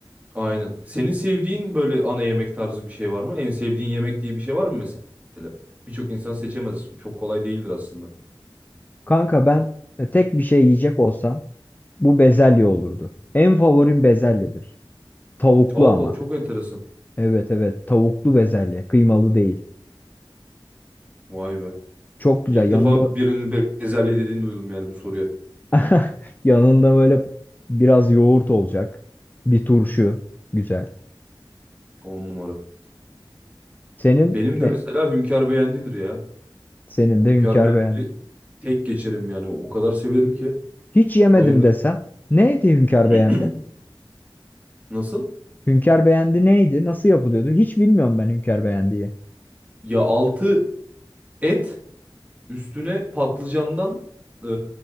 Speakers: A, on the right; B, on the left.
A: Aynen. Senin sevdiğin böyle ana yemek tarzı bir şey var mı? En sevdiğin yemek diye bir şey var mı mesela? Birçok insan seçemez. Çok kolay değildir aslında.
B: Kanka ben e, tek bir şey yiyecek olsam bu bezelye olurdu. En favorim bezelyedir. Tavuklu
A: Allah
B: ama.
A: çok enteresan.
B: Evet evet tavuklu bezelye. Kıymalı değil.
A: Vay be.
B: Çok güzel.
A: İlk
B: Yanında
A: defa birinin be- bezelye dediğini duydum yani bu soruya.
B: <laughs> yanında böyle biraz yoğurt olacak. Bir turşu. Güzel.
A: on numara.
B: Senin
A: Benim
B: ne?
A: de mesela Hünkar Beğendi'dir ya.
B: Senin
A: Hünkar
B: de Hünkar
A: Beğendi
B: beğendi.
A: tek geçerim yani. O kadar severim ki
B: Hiç yemedim
A: bayılırım.
B: desem. Neydi Hünkar
A: <clears throat>
B: beğendi?
A: Nasıl?
B: Hünkar beğendi neydi? Nasıl yapılıyordu? Hiç bilmiyorum ben Hünkar beğendiği.
A: Ya altı et üstüne patlıcandan e,